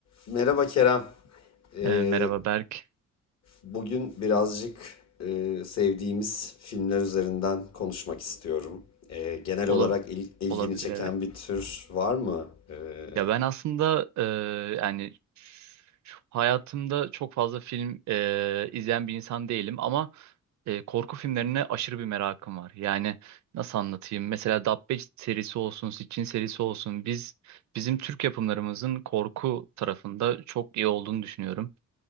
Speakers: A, on the left; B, on the right.
A: Merhaba Kerem. Ee,
B: Ee, merhaba Berk.
A: bugün birazcık e, sevdiğimiz filmler üzerinden konuşmak istiyorum. Ee, genel
B: Ola-
A: olarak il- ilgini
B: olabilir
A: çeken
B: evet.
A: bir tür var mı? Ee,
B: Ya ben aslında e, yani şu- hayatımda çok fazla film e, izleyen bir insan değilim ama e, korku filmlerine aşırı bir merakım var. Yani nasıl anlatayım? Mesela Dabbe serisi olsun, Sitchin serisi olsun. Biz bizim Türk yapımlarımızın korku tarafında çok iyi olduğunu düşünüyorum.